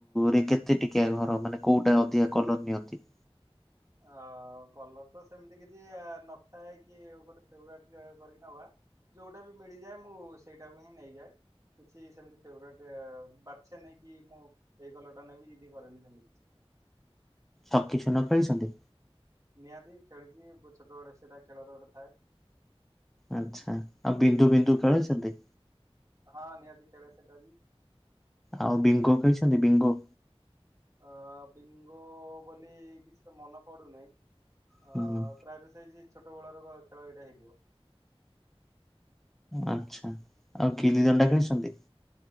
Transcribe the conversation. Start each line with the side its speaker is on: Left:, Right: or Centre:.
Centre: ରେ କେତେ ଟିକିଆ ଘର ମାନେ କୋଉଟା ଅଧିକା କଲର ନିଅନ୍ତି?
Right: ଅ କଲର ତ ସେମିତି କିଛି ଆ ନଥାଏ କି ଗୋଟେ ଫେଭରେଟ୍ କରିକି ନବା ଯୋଉଟା ବି ମିଳିଯାଏ ମୁଁ ସେଇଟାକୁ ହିଁ ନେଇଯାଏ। କିଛି ସେମତି ଫେଭରେଟ ବାଛେ ନେଇ କି ମୁଁ ଏଇ କଲର ଟା ନେବି ଯିଦି କରେନି ସେମିତି କିଛି।
Centre: ଛକି ଶୂନ ଖେଳିଚନ୍ତି?
Right: ନିହାତି ଖେଳିଚି ବୁ ଛୋଟ ବେଳ ସେଇଟା ଖେଳର ଗୋଟେ ଥାଏ।
Centre: ଆଛା ଆଉ ବିନ୍ଦୁ ବିନ୍ଦୁ ଖେଳିଚନ୍ତି?
Right: ହଁ ନିହାତି ଖେଳେ ସେଟା ବିି।
Centre: ଆଉ ବିଙ୍ଗୋ ଖେଳିଚନ୍ତି ବିଙ୍ଗୋ?
Right: ଅ ବିଙ୍ଗୋ ବୋଲି କିଛି ତ ମନେ ପଡୁନାହିଁ। ଅ
Centre: ହୁଁ
Right: ପ୍ରାୟତଃ ସେଇ ଜି ଛୋଟ ବେଳର ବ ଖେଳ ଏଇଟା ହେଇଥିବ।
Centre: ଆଛା ଆଉ ଗିଲି ଦଣ୍ଡା ଖେଳିଛନ୍ତି?